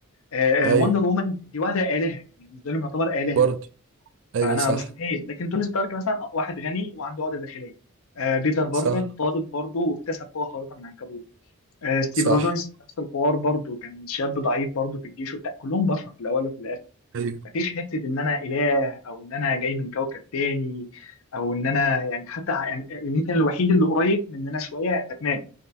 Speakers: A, on the left; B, on the right.
A: آه
B: ايوه
A: آه، وندر وومن دي واحده الهه يعني بالنسبه لهم يعتبر الهه
B: برضه ايوه
A: فانا
B: صح
A: مستحيل لكن توني ستارك مثلا واحد غني وعنده عقده داخليه آه بيتر باركر
B: صح
A: طالب برضه واكتسب قوه خارقه من العنكبوت آه ستيف
B: صح
A: روجرز نفس الحوار برضه كان شاب ضعيف برضه في الجيش وبتاع كلهم بشر في الاول وفي الاخر
B: ايوه
A: مفيش حته ان انا اله او ان انا جاي من كوكب تاني او ان انا يعني حتى يعني يمكن الوحيد اللي قريب مننا شويه باتمان